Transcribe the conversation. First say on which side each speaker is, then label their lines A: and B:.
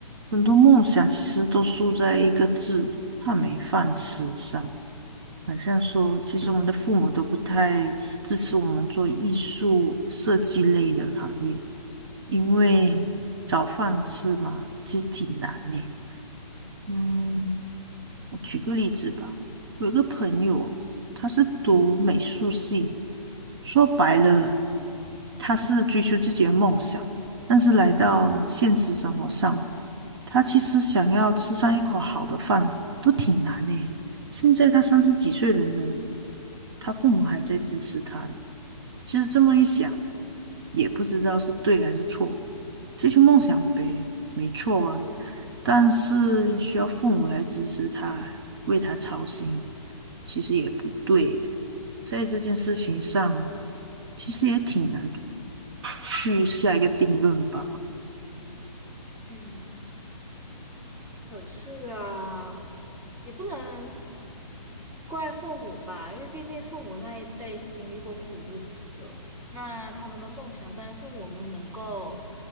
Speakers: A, on the right; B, on the right.
A: 很多梦想其实都输在一个字“怕没饭吃”上。好像说，其实我们的父母都不太支持我们做艺术设计类的行业，因为找饭吃嘛，其实挺难的。嗯，我举个例子吧，我有一个朋友，
B: 嗯
A: 他是读美术系，说白了，他是追求自己的梦想，但是来到现实生活上，他其实想要吃上一口好的饭都挺难的。现在他三十几岁人了，他父母还在支持他嘞。其实这么一想，也不知道是对还是错，追求梦想呗，没错啊，但是需要父母来支持他，为他操心。其实也不对耶在这件事情上，其实也挺难去下一个定论吧。
B: 嗯可是啊，也不能怪父母吧，因为毕竟父母那一辈是经历过苦日子的，那他们的梦想当然是我们能够